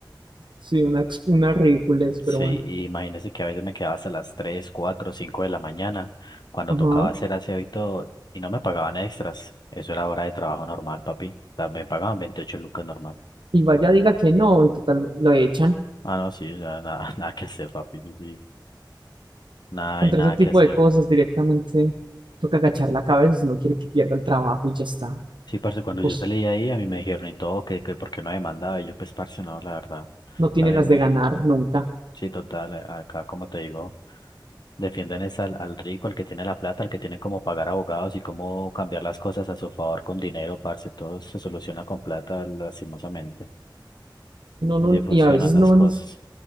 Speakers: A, on the right; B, on the left.
A: Sí, una, ex- una ridiculez,
B: Sí,
A: pero bueno.
B: y imagínese que a veces me quedaba hasta las 3 4 5 de la mañana cuando
A: Ajá.
B: tocaba hacer aseo y todo, y no me pagaban extras. Eso era hora de trabajo normal, papi. O sea, me pagaban 28 lucas normal.
A: Y vaya diga que no, y total, lo echan.
B: Ah, no, sí, o sea, nada, <laughs> nada que hacer, papi. Sí, nada,
A: Contra
B: hay nada
A: ese tipo
B: que hacer.
A: de cosas directamente toca agachar la cabeza si no quiere que pierda el trabajo y ya está.
B: Sí, parce, cuando
A: Pues
B: yo salí de ahí, a mí me dijeron y todo, que, que por qué no demandaba. Y yo, pues, parce, no, la verdad.
A: no tiene
B: También
A: las de ganar nunca.
B: Sí, total, eh, acá como te digo, defienden es al, al rico, al que tiene la plata, al que tiene cómo pagar abogados y cómo cambiar las cosas a su favor con dinero, parce, todo se soluciona con plata, lastimosamente.
A: No, no,
B: Así funcionan
A: y a veces
B: las
A: no,
B: cosas.
A: ni-